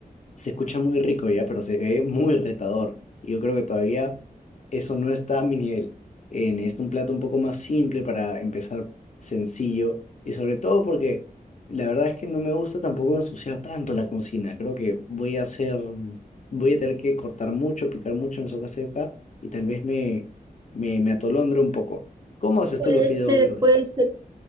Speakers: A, on the left (about 50°); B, on the right (about 25°).
A: se escucha muy rico ya, pero se ve muy retador. Y yo creo que todavía eso no está a mi nivel. Eh, necesito un plato un poco más simple para empezar sencillo. Y sobre todo porque la verdad es que no me gusta tampoco ensuciar tanto la cocina. Creo que voy a hacer, voy a tener que cortar mucho, picar mucho en sopa seca y tal vez me, me, me atolondre un poco. ¿Cómo haces
B: Puede
A: tú los fideos
B: ser,
A: verdes?
B: puede ser.